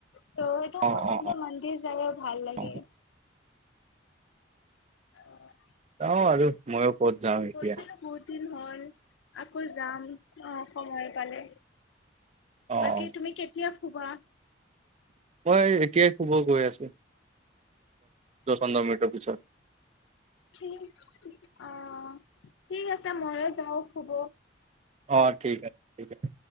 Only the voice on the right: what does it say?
অঁ
অঁ অঁ
অঁ
অ' আৰু মই ক'ত যাওঁ এতিয়া।
অঁ
মই এতিয়াই শুব গৈ আছো দচ দচ পোন্ধৰ মিনিটৰ পিছত।
অ ঠিক আছে ঠিক আছে।